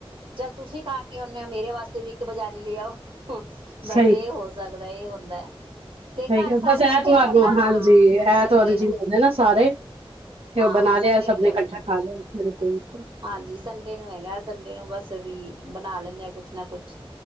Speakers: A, on the right (about 60°); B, on the right (about 80°).
A: ਚੱਲ ਤੁਸੀਂ ਖਾ ਕੇ ਔ ਨ ਮੇਰੇ ਵਾਸਤੇ ਵੀ ਇੱਕ ਬਜ਼ਾਰੀ ਲਿਆਓ। ਹ
B: ਸਹੀ
A: ਬਸ ਐ ਹੋਸ ਲੱਗਦਾ ਇ ਹੁੰਦਾਐ। ਤੇ
B: ਸਹੀ
A: ਘਰ ਸਾਰੇ
B: ਬਸ ਇਹ
A: ਕੱਠੇ
B: ਤੁਹਾਨੂੰ
A: ਹੋਨ ਨਾ
B: ਹਾਂਜੀ
A: ਹਾਂ।
B: ਇਹ
A: ਸੰਡੇ
B: ਤੁਹਾਡੇ
A: ਨੂੰ,
B: ਜੀ ਹੁੰਦੇ ਨਾ ਸਾਰੇ ਤੇ
A: ਹਾਂ!
B: ਉਹ ਬਣਾ ਲਿਆ
A: ਸੰਡੇ
B: ਸਭ
A: ਨੂੰ ਚੱਲ
B: ਨੇ ਇਕੱਠਾ
A: ਜਾਂਦੇ।
B: ਖਾ ਲਿਆ ਬਿਲਕੁਲ ਬਿਲਕੁਲ
A: ਹਾਂਜੀ ਸੰਡੇ ਨੂੰ ਹੈਗਾ ਸੰਡੇ ਨੂੰ ਬਸ ਵੀ ਬਾਨ ਲੈਂਨੇ ਆਂ ਕੁਛ ਨਾ ਕੁਛ